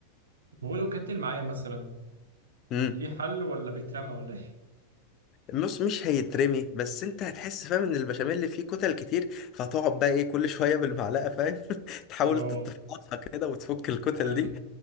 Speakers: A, on the right (about 65°); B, on the left (about 35°).
A: وهو لو كتل معايا مثلا
B: حلو
A: ليه حل ولا بيترمى ولا ايه؟
B: النص مش هيترمي بس انت هتحس فاهم ان البشاميل اللي فيه كتل كتير فهتقعد بقى ايه كل <laughs> شويه بالمعلقه فاهم <laughs> تحاول
A: اه
B: تتفقصها كده وتفك الكتل
A: فهمت
B: دي